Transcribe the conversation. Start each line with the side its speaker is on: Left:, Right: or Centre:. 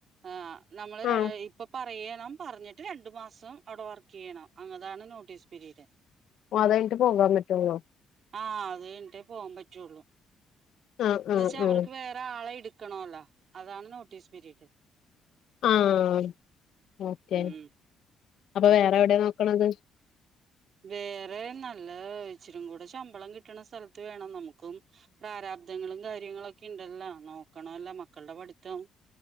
Right: ആ നമ്മള്
Left: ആഹ്
Right: ഇപ്പൊ പറയ പറഞ്ഞിട്ട് രണ്ടു മാസം അവിടെ വർക്ക് ചെയ്യണം അങ്ങതാണ് നോട്ടീസ് പീരീഡ്.
Left: ഓ അതട്ട് പോകാൻ പറ്റുള്ളൂ.
Right: ആഹ് അത് കഴിഞ്ഞിട്ടേ പോകാൻ പറ്റുള്ളു
Left: ആഹ്
Right: എന്ന
Left: ആഹ്
Right: വച്ചാ അവർക്ക്
Left: ആഹ്
Right: വേറെ ആളെ എ ക്കണല്ലോ അതാണ് നോട്ടീസ് പിരീഡ്.
Left: ആഹ ഓക്കെ
Right: ഉം
Left: അപ്പൊ വേറെ
Right: ഉം
Left: എവിടെയാ നോക്കണത്.
Right: വേറെ നല്ല ഇച്ചരും കൂടെ ശമ്പളം കിട്ടണ സ്ഥലത്ത് വേണം നമുക്കും പ്രാര ശബ്ദങ്ങളും കാര്യങ്ങളൊക്കെ ണ്ടല്ലോ നോക്കണല്ലോ മക്കളുടെ പഠിത്തം